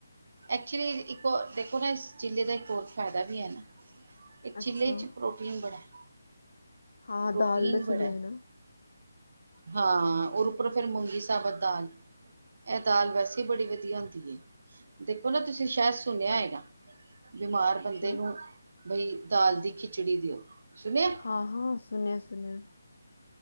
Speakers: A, on the right; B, on the left.
A: ਐਕਚੁਲੀ ਇੱਕ ਦੇਖੋ ਨਾ ਇਸ ਜ਼ਿਲ੍ਹੇ ਦਾ ਇੱਕ ਹੋਰ ਫਾਇਦਾ ਵੀ ਹੈ ਨਾ ਇਹ ਚਿੱਲੇ
B: ਅੱਛਾ
A: ਚ ਪ੍ਰੋਟੀਨ ਬੜਾ ਹੈ
B: ਹਾਂ
A: ਪ੍ਰੋਟੀਨ
B: ਦਾਲ ਦਾ ਚਿੱਲਾ
A: ਬੜਾ
B: ਹੈ ਨਾ
A: ਹਾਂ ਰ ਉੱਪਰ ਫਿਰ ਮੂੰਗੀ ਸਾਬਤ ਦਾਲ ਇਹ ਦਾਲ ਵੈਸੇ ਬੜੀ ਵਧੀਆ ਹੁੰਦੀ ਹੈ ਦੇਖੋ ਨਾ ਤੁਸੀਂ ਸ਼ਾਇਦ ਸੁਣਿਆ ਹੈਗਾ ਬਿਮਾਰ ਬੰਦੇ
B: ਕੀ
A: ਨੂੰ ਬਈ ਦਾਲ ਦੀ ਖਿਚੜੀ ਦਿਓ ਸੁਣਿਆ
B: ਹਾਂ ਹਾਂ ਸੁਣਿਆ ਸੁਣਿਆ